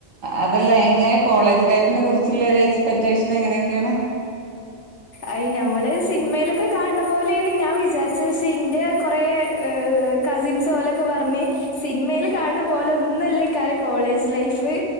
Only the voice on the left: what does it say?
അയി ഞമ്മള് സിനിമയിലൊക്കെ കാണണ പോലെയാണ് ഞാൻ വിചാരിച്ചത് പക്ഷേ ഇൻ ഇന്റെ കൊറെ കസിൻസ് ഓലെക്കെ പറഞ്ഞ് സിനിമേല് കാണണ പോലെ ഒന്നുവല്ല <unintelligible> കോളേജ് ലൈഫ് ഫ്